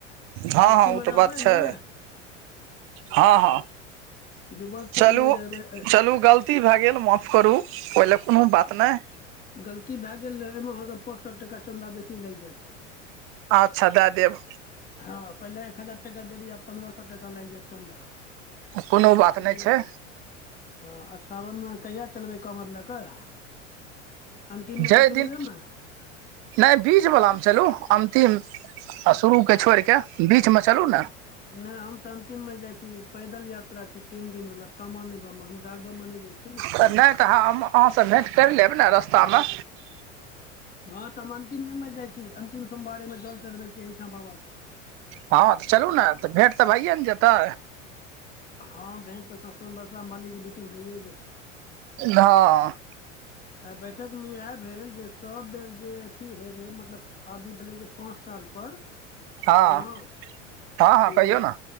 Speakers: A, on the right (about 35°); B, on the left (about 25°).
A: हँ
B: बैठकी
A: हँ उ
B: मे
A: तऽ
B: रहबै
A: बात छै
B: ने
A: हँ हँ
B: युवक सब
A: चलू
B: नहि रहबै
A: चलू गल ती भए गेल माफ करू ओहिले कोनो बात नहि
B: गलती भए गेल ने एहिमे अहाँके पाँच सौ टका चन्दा बेसी लागि जायत
A: अच्छा दए देब
B: हँ पहिले एक हजार टका देेली आ पन्द्रह सौ टका लागि जाएत चन्दा
A: कोनो बात
B: ठीक
A: नहि
B: ने
A: छै
B: हँ आ सावनमे कहिया चलबै कामर लए कऽ अन्तिममे
A: जाहि
B: कि सुरुए
A: दिन
B: मे
A: नहि बीज बलामे चलू अन्तिम आ शुरू के छोड़ि के बीच मे चलु ने
B: नहि हम तऽ अंतिममे जाइ छी पैदल यात्रा छी तीन दिन वाला सामान्य बम डाक बम मे नहि जाइ छिय ने
A: त नहि तऽ अहाँस भेट कैर लेब ने रस्ता म
B: हँ तऽ हम अंतिमेमे जाइ छी अंतिम सोमवारी मे जल चढ़बै छियै एहिठाम बाबा के
A: हँ तऽ चलू ने तऽ भेँट तऽ भइए न जेतै
B: हँ भैंट तऽ सबस बर्षा मालीके बीचमे भैए जाइ छै
A: हँ
B: आइ बैठक मे इएह भेल जे सब बेर जे अथी होे रहे मतलब आब ई भेलै जे पाँच सालपर बुझलहुँ
A: हँ हँ हँ कहियौ
B: ई
A: ने